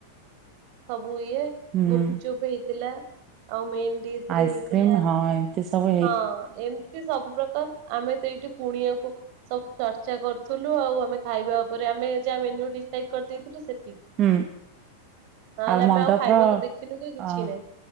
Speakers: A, on the right; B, on the right.
A: ସବୁ ଇଏ
B: ହୁଁ,
A: ଗୁପଚୁପ ହେଇଥିଲା ଆଉ ମେନ୍ ଡିସରେ
B: ଆଇସ୍କ୍ରିମ୍
A: ହେଇଥିଲା।
B: ହଁ ଏମିତି ସମ
A: ହଁ ଏମତି ସବୁ ପ୍ରକାର ଆମେ ତ ଏଇଠି କୁଣିଆକୁ ସବୁ ଚର୍ଚ୍ଚା କରୁଥିଲୁ ଆଉ ଆମେ ଖାଇବା ଉପରେ ଆମେ ଯାହା ମେନୁ ଡିସାଇଡ କରିଦେଇଥିଲୁ ସେତିକି।
B: ହୁଁ
A: ନହେଲେ
B: ଆଉ
A: ଆମେ
B: ମଣ୍ଡପର
A: ଖାଇବାକୁ ଦେଖିନୁ କି କିଛି
B: ଅ
A: ନାହିଁ